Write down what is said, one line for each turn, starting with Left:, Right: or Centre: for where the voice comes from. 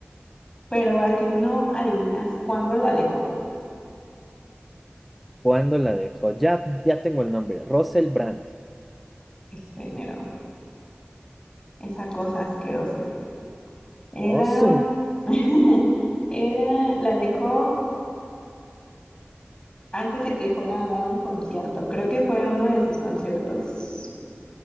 Left: pero a que no adivinas cuándo la dejó,
Centre: ¿Cuándo la dejó? Ya, ya tengo el nombre. Russell Brand.
Left: este mero, esa cosa asquerosa. Era,
Centre: Awesome.
Left: <laughs> era, la dejó antes de que fuera a dar un concierto. Creo que fue uno de sus conciertos